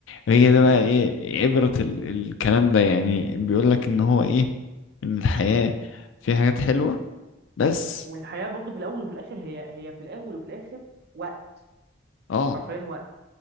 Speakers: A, on the left; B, on the right.
A: هي ده
B: ماشي
A: بقى ايه عبرة ال الكلام ده يعني بيقولك ان هو ايه ان الحياة فيها حاجات حلوة بس
B: والحياة برضو في الأول وفي الآخر هي هي في الأول وفي الآخر وقت
A: اه
B: حرفيا وقت